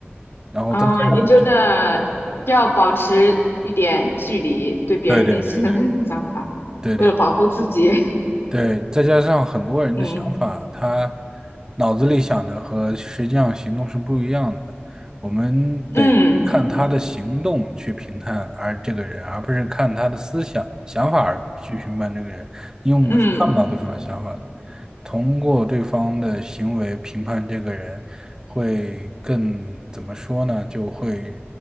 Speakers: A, on the right; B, on the left.
A: 然后再加上就，
B: 哦，你觉得要保持一点距离，对别人内心的那种想法，
A: 对对对对对对
B: 为了保护自己。
A: 对，再加上很多人的想法，
B: <laughs> 嗯
A: 他脑子里想的和实际上行动是不一样的。我们得看他的行动去评判而这个人，
B: 嗯
A: 而不是看他的思想想法而去评判这个人，因为我们是看不到对方的想法的。
B: 嗯，
A: 通过对方的行为评判这个人，会更怎么说呢？就会